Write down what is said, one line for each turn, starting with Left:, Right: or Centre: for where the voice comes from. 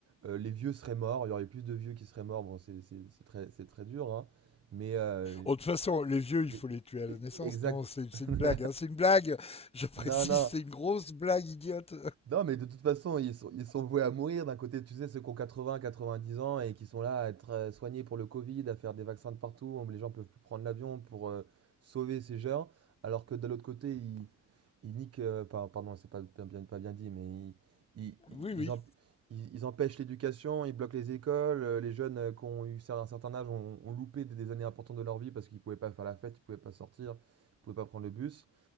Right: Euh, les vieux seraient morts, il y aurait plus de vieux qui seraient morts. Bon, c'est c'est- c'est très, c'est très dur, hein. Mais euh,
Left: Oh, de toute façon, les vieux, il
Right: les-
Left: faut les tuer à la naissance.
Right: exact.
Left: Non, c'est
Right: <laughs>
Left: une blague. hein, C'est une blague. Je précise,
Right: Non, non.
Left: c'est une grosse blague idiote.
Right: Non, mais de toute façon, ils sont, ils sont voués à mourir. D'un côté, tu sais, ceux qui ont 80, 90 ans et qui sont là à être euh, soignés pour le Covid, à faire des vaccins de partout. Les gens peuvent plus prendre l'avion pour euh, sauver ces gens. Alors que de l'autre côté, ils, ils niquent, euh, par- pardon, c'est pas bien, bien- pas bien dit, mais ils, ils, ils,
Left: Oui,
Right: ils
Left: oui.
Right: emp- ils- ils empêchent l'éducation, ils bloquent les écoles. euh, Les jeunes euh, qui ont eu cer- un certain âge ont, ont loupé des des années importantes de leur vie parce qu'ils pouvaient pas faire la fête, ils pouvaient pas sortir, ils pouvaient pas prendre le bus.